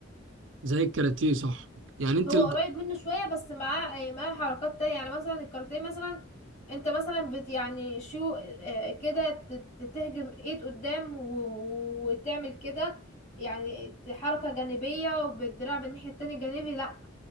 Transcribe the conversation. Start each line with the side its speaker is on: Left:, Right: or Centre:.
Right: زي الكاراتيه صح يعني انت
Left: هو
Right: ال-
Left: قريب منه شوية بس معاه آه، معاه حركات تانية يعني مثلا الكاراتيه مثلا انت مثلا بت يعني شو آه، كده ت- ت- تهجم ايد قدام و- و- وتعمل كده يعني حركة جانبية وبالدراع بالناحية التانية جانبي لا